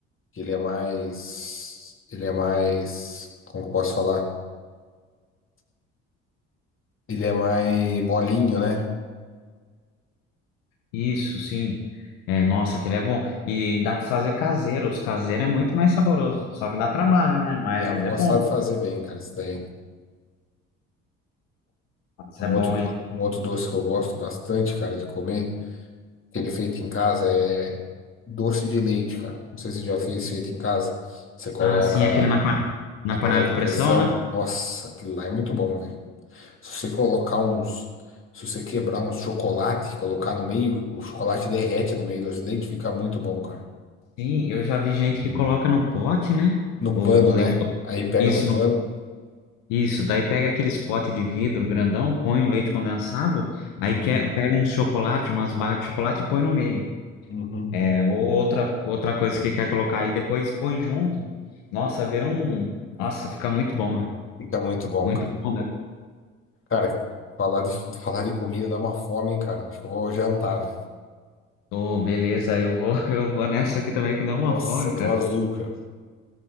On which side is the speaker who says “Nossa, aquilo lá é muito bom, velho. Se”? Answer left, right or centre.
Left